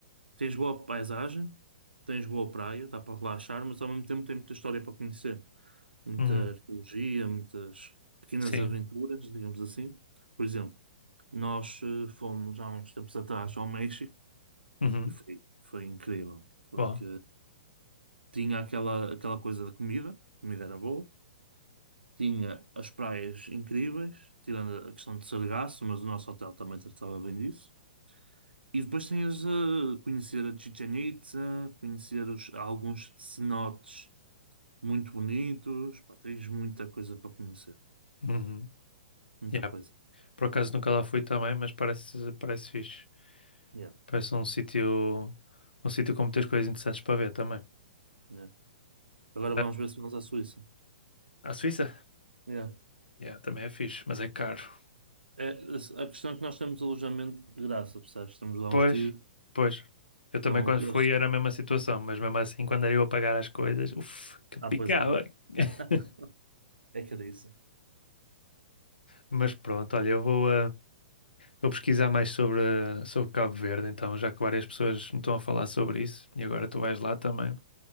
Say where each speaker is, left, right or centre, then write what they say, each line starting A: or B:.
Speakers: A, on the right (about 80°); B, on the left (about 70°).
A: tens boa paisagem, tens boa praia, dá para relaxar, mas ao mesmo tempo tem muita história para conhecer. Muita
B: uhum,
A: arqueologia, muitas pequenas
B: sim.
A: aventuras, digamos assim. Por exemplo, nós eh, fomos há uns tempos atrás ao México.
B: Uhum,
A: E foi, foi incrível, porque
B: boa.
A: tinha aquela, aquela coisa da comida, a comida era boa, tinha as praias incríveis, tirando a questão de Sargasso, mas o nosso hotel também tratava bem disso. E depois tinhas a conhecer a Chichen Itza, conhecer os- alguns cenotes muito bonitos, pá, tens muita coisa para conhecer,
B: Uhum,
A: muita
B: yeah.
A: coisa.
B: Por acaso nunca lá fui também, mas parece, parece fixe.
A: Yeah,
B: Parece um sítio, um sítio com muitas coisas interessantes para ver também.
A: yeah. Agora vamos
B: Ah,
A: ver se vamos à Suíça.
B: A Suíça?
A: Yeah.
B: Yeah, também é fixe, mas é caro.
A: É, a a questão é que nós temos alojamento de graça, percebes? Temos lá
B: Pois,
A: uns tiros.
B: pois. Eu também
A: Então,
B: quando
A: eles
B: fui era a mesma situação, mas mesmo assim quando era eu a pagar as coisas, uff, que picava.
A: Ah, pois é.
B: <laughs>
A: <laughs> É que era isso.
B: Mas pronto, olha, eu vou, Vou pesquisar mais sobre, sobre Cabo Verde, então, já que várias pessoas me estão a falar sobre isso e agora tu vais lá também.